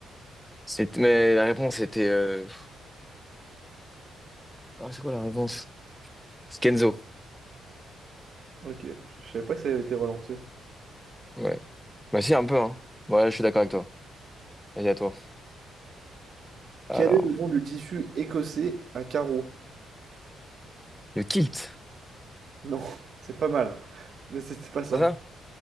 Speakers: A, in the centre; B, on the right (about 55°).
A: C'est- Mais la réponse était... euh, Ah, c'est quoi la réponse? C'est Kenzo.
B: Ok, je je savais pas que ça avait été relancé.
A: Ouais. Bah si, un peu, hein. Ouais, je suis d'accord avec toi. Vas-y, à toi. Alors,
B: Quel est le nom du tissu écossais à carreaux?
A: le kilt,
B: Non, <laughs> c'est pas mal, mais c'était pas ça.
A: c'est ça?